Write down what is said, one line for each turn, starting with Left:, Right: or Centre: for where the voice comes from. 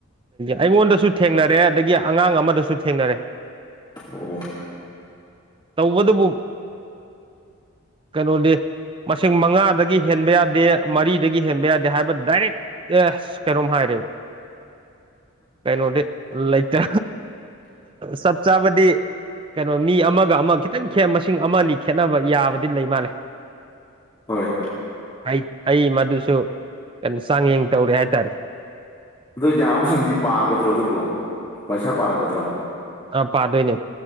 Right: ꯑꯩꯉꯣꯟꯗꯁꯨ ꯊꯦꯡꯅꯔꯦ ꯑꯗꯒꯤ ꯑꯉꯥꯡ ꯑꯃꯗꯁꯨ ꯊꯦꯡꯅꯔꯦ
Left: ꯑꯣ
Right: ꯇꯧꯕꯗꯨꯕꯨ ꯀꯩꯅꯣꯗꯤ ꯃꯁꯤꯡ ꯃꯉꯥꯗꯒꯤ ꯍꯦꯟꯕ ꯌꯥꯗꯦ ꯃꯔꯤꯗꯒꯤ ꯍꯦꯟꯕ ꯌꯥꯗꯦ ꯍꯥꯏꯕ ꯗꯥꯏꯔꯦꯛ ꯑꯦ ꯀꯩꯅꯣꯝ ꯍꯥꯏꯔꯦꯕ ꯀꯩꯅꯣꯗꯤ ꯂꯩꯇꯦ ꯆꯞ ꯆꯥꯕꯗꯤ ꯀꯩꯅꯣ ꯃꯤ ꯑꯃꯒ ꯑꯃ ꯈꯤꯇꯪ ꯈꯦꯠ ꯃꯁꯤꯡ ꯑꯃꯗꯤ ꯈꯦꯠꯅꯕ ꯌꯥꯕꯗꯤ ꯂꯩ ꯃꯥꯜꯂꯦ
Left: ꯍꯣꯏ
Right: ꯑꯩ ꯑꯩ ꯃꯗꯨꯁꯨ ꯀꯩꯅꯣ ꯆꯥꯡꯌꯦꯡ ꯇꯧꯔꯦ ꯍꯥꯏꯇꯥꯔꯦ
Left: ꯑꯗ ꯌꯥꯕꯁꯤꯡꯗꯤ ꯄꯥꯒꯗ꯭ꯔꯣ ꯑꯗꯨꯕꯨꯣ ꯄꯩꯁꯥ ꯄꯥꯔꯛꯀꯗ꯭ꯔꯣ
Right: ꯑ ꯄꯗꯣꯏꯅꯦ